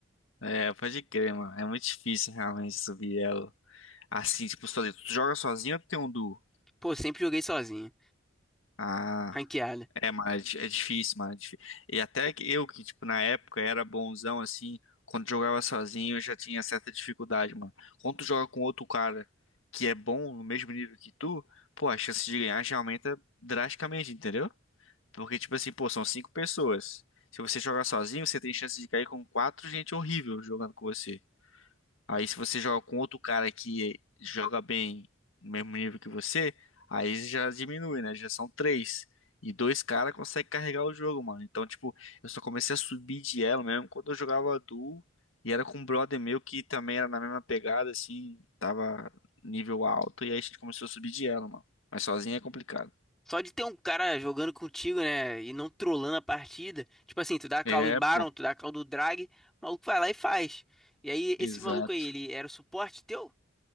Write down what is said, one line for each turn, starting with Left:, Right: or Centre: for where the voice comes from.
Left: É, pode crer, mano. É muito difícil realmente subir ela. Assim, tipo, sozinho. Tu joga sozinho ou tu tem um duo?
Centre: Pô, sempre joguei sozinho,
Left: Ah,
Centre: ranqueada.
Left: é, mas é di- é difícil, mano. é difí- E até que eu, que, tipo, na época era bonzão, assim, quando jogava sozinho eu já tinha certa dificuldade, mano. Quando tu joga com outro cara que é bom no mesmo nível que tu, pô, a chance de ganhar já aumenta drasticamente, entendeu? Porque, tipo assim, pô, são cinco pessoas. Se você jogar sozinho, você tem chance de cair com quatro gente horrível jogando com você. Aí se você joga com outro cara que joga bem no mesmo nível que você, aí já diminui, né? Já são três. E dois caras conseguem carregar o jogo, mano. Então, tipo, eu só comecei a subir de elo mesmo quando eu jogava duo. E era com um brother meu que também era na mesma pegada, assim, tava nível alto. E aí a gente começou a subir de elo, mano. Mas sozinho é complicado.
Centre: Só de ter um cara jogando contigo, né, e não trollando a partida. Tipo assim, tu dá a
Left: É,
Centre: call do Baron,
Left: pô.
Centre: tu dá a call do Drag, o maluco vai lá e faz. E aí, esse
Left: Exato.
Centre: maluco aí, ele era o suporte teu?